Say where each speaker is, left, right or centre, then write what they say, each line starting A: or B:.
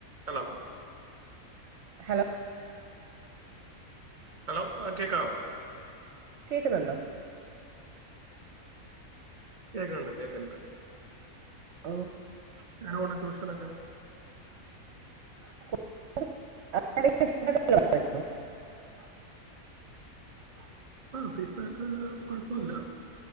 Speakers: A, on the right; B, on the right.
A: Hello
B: hello
A: hello ആ കേക്കാവോ
B: കേക്കുന്നൊണ്ടോ
A: കേക്കണ് ണ്ട് കേക്ക്‌ണ്ട്
B: ഓ
A: എങ്ങനെ പോണ് ട്യൂഷൻ നൊക്കെ
B: <unintelligible> <inaudible>
A: ആ ഫീഡ്ബാക്ക് കൊഴപ്പം ഇല്ല